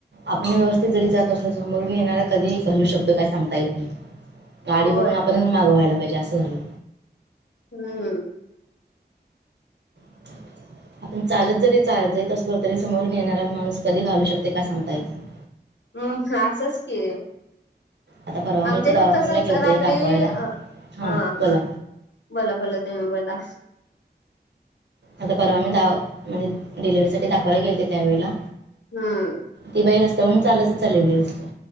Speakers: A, on the right; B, on the left.
A: आपण व्यवस्थित जरी जात असलो समोरून येणार कधी घालू शकतो. तर काय सांगता येत नाही गाडी
B: होय
A: बघून आपण मागं वा्हायला पाहिजे असं झालंय.
B: हम्म,
A: <inaudible> आपण चालत जरी जात असलो तरी समोरून येणारा माणूस कधी घालू शकतो काय सांगता येतं नाही.
B: हम्, खा असंच की.
A: आता परवा मी
B: आमच्या
A: दवाखान्याला
B: इथं तसच
A: गेलते
B: रात्री
A: दाखवायला
B: अ
A: हां
B: हा,
A: बोला
B: बोला बोला तुम्ही बोला.
A: आता परवा मी दा म्हणजे डिलिव्हीरी साठी दाखवायला गेलते त्या वेळेला.
B: हम्म,
A: ती बाई रस्ता वरूण‌ चालतचं चालली होती.